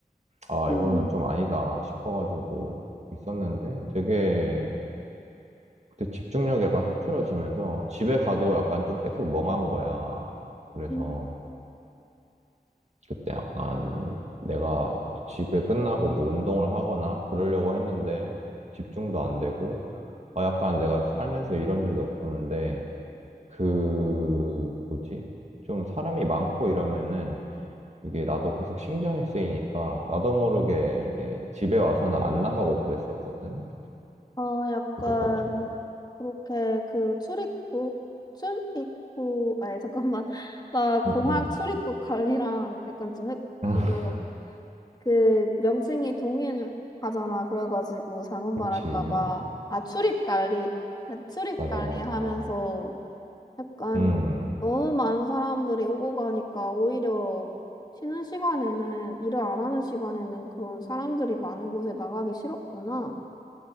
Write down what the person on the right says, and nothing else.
아,
이거는 좀 아니다 싶어가지고 있었는데 되게 그때 집중력이 약간 흐트러지면서 집에 가도 약간 좀 계속 멍한 거야. 그래서
그때 약간 내가 집에 끝나고 뭐 운동을 하거나 그러려고 했는데 집중도 안 되고, 아, 약간 내가 살면서 이런 적이 없었는데 그, 뭐지? 좀 사람이 많고 이러면은 이게 나도 계속 신경이 쓰이니까 나도 모르게 이제 집에 와서는 안 나가고 그랬었거든.
그래가지고.
응, 응.
<laughs>
그치.
맞아,
맞아.
음,